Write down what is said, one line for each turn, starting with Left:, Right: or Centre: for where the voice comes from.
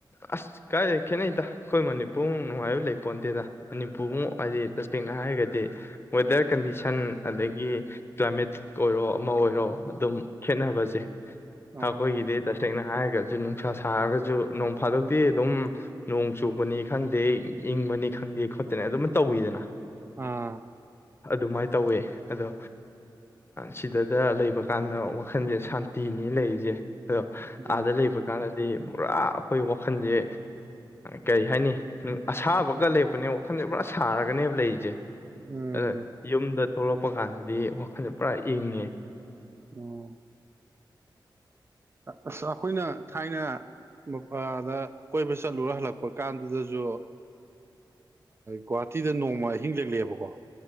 Left: ꯑꯁ ꯀꯥꯏ ꯈꯦꯠꯅꯩꯗ ꯑꯩꯈꯣꯏ ꯃꯅꯤꯄꯨꯔ ꯅꯨꯡꯉꯥꯏꯕ ꯂꯩꯄꯣꯟꯇꯦꯗ ꯑꯅꯤꯄꯨꯔꯃꯨꯛ
Right: ꯑꯣ
Left: ꯑꯗꯤ ꯂꯁ ꯅ ꯍꯥꯏꯔꯒꯗꯤ ꯋꯦꯗꯔ ꯀꯟꯗꯤꯁꯟ ꯑꯗꯒꯤ ꯀ꯭ꯂꯥꯏꯃꯦꯠ ꯑꯣꯏꯔꯣ ꯑꯃ ꯑꯣꯏꯔꯣ ꯑꯗꯨꯝ ꯈꯦꯠꯅꯕꯁꯦ
Right: ꯑꯣ
Left: ꯍ ꯑꯩꯈꯣꯏꯒꯤꯗꯤ ꯇꯁꯦꯡꯅ ꯍꯥꯏꯒꯠ ꯑꯗꯩꯩ ꯅꯨꯡꯁꯥ ꯁꯥꯔꯒꯁꯨ ꯅꯣꯡ ꯐꯥꯗꯣꯛꯇꯤ ꯑꯗꯨꯝ ꯅꯣꯡ ꯆꯨꯕꯅꯤ ꯈꯪꯗꯦ ꯏꯪꯕꯅꯤ ꯈꯪꯗꯦ ꯈꯣꯠꯇꯦ ꯑꯗꯨꯝ ꯇꯧꯋꯤꯗꯅ
Right: ꯑꯥ
Left: ꯑꯗꯨꯃꯥꯏꯅ ꯇꯧꯋꯦ ꯑꯗꯣ ꯁꯤꯗꯗ ꯂꯩꯕ ꯀꯥꯟꯗ ꯋꯥꯈꯟꯁꯦ ꯁꯥꯟꯇꯤꯅꯤ ꯂꯩꯔꯤꯁꯦ
Right: ꯎꯝ
Left: ꯑꯗ ꯂꯩꯕ ꯀꯥꯟꯗꯗꯤ ꯄꯨꯔꯥ ꯑꯩꯈꯣꯏ ꯋꯥꯈꯜꯁꯦ ꯀꯔꯤ ꯍꯥꯏꯅꯤ ꯑꯁꯥꯕꯒ ꯂꯩꯔꯛꯄꯅꯦ ꯋꯥꯈꯜꯁꯦ ꯄꯨꯔꯥ ꯁꯥꯔꯒꯅꯦꯕ ꯂꯩꯁꯦ
Right: ꯎꯝ
Left: ꯑꯗ ꯌꯨꯝꯗ ꯊꯣꯛꯂꯛꯄ ꯀꯥꯟꯗꯗꯤ ꯋꯥꯈꯜꯁꯦ ꯄꯨꯔꯥ ꯏꯪꯉꯦ
Right: ꯑꯣ ꯑꯁ ꯑꯩꯈꯣꯏꯅ ꯊꯥꯏꯅꯗ ꯀꯣꯏꯕ ꯆꯠꯂꯨꯔ ꯍꯜꯂꯛꯄ ꯀꯥꯟꯗꯨꯗꯁꯨ ꯒꯨꯍꯥꯇꯤꯗ ꯅꯣꯡꯃ ꯑꯍꯤꯡ ꯂꯦꯛꯂꯛꯑꯦꯕꯀꯣ